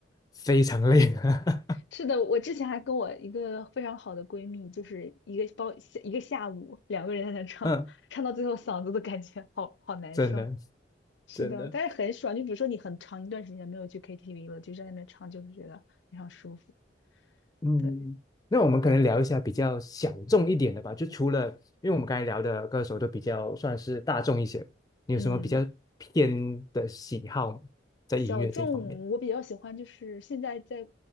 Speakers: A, on the left; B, on the left.
A: 非常累了。<laughs>
B: 是的，我之前还跟我一个非常好的闺蜜，就是一个包一个下午，两个人在那唱，
A: 嗯，
B: 唱到最后嗓子都感觉好好难受。
A: 真的
B: 是的，
A: 真的，
B: 但是很爽。就比如说你很长一段时间没有去 KTV 了，就在那边唱，就是觉得非常舒服。
A: 嗯，
B: 对，
A: 那我们可能聊一下比较小众一点的吧，
B: 哎，
A: 就除了因为我们刚才聊的歌手都比较算是大众一些，你有什么比较偏的喜好吗？
B: 嗯，
A: 在音乐这一方面？
B: 小众我比较喜欢，就是现在在